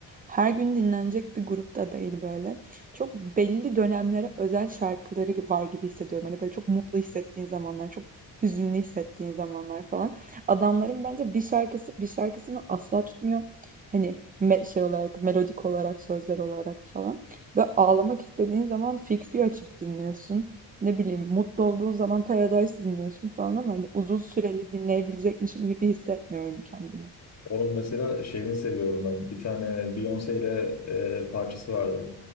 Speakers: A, on the right; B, on the left.
A: her gün dinlenecek bir grupta değil böyle. Çok belli dönemlere özel şarkıları var gibi hissediyorum. Hani böyle çok mutlu hissettiğin zamanlar, çok hüzünlü hissettiğin zamanlar falan. Adamların bence bir şarkısı bir şarkısını asla tutmuyor. Hani me- şey olarak, melodik olarak, sözler olarak falan. Ve ağlamak istediğin zaman Fix You açıp dinliyorsun. ne bileyim mutlu olduğun zaman Paradise dinliyorsun falan ama hani uzun süreli dinleyebilecekmişim gibi hissetmiyorum kendimi.
B: Onun mesela şeyini seviyorum ben. Bir tane Beyoncé ile e, parçası vardı.